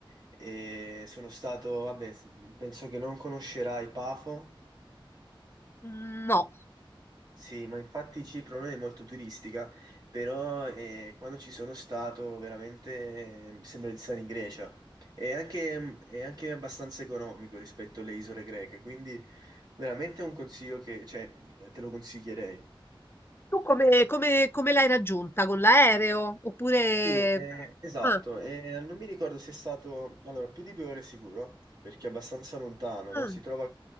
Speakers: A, on the right; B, on the left.
A: E sono stato, vabbè, s- penso che non conoscerai Pafo.
B: mhmm, no.
A: Sì, ma infatti Cipro non è molto turistica, però eh, quando ci sono stato veramente eh, mi sembra di stare in Grecia. È anche, è anche abbastanza economico rispetto alle isole greche, quindi veramente è un consiglio che, cioè, eh, te lo consiglierei.
B: Tu come come come l'hai raggiunta? Con l'aereo? Oppure
A: Sì, eh,
B: Sì.
A: esatto,
B: ah,
A: e eh, non mi ricordo se è stato, allora, più di due ore sicuro, perché è abbastanza lontano, no?
B: ah,
A: Si trova,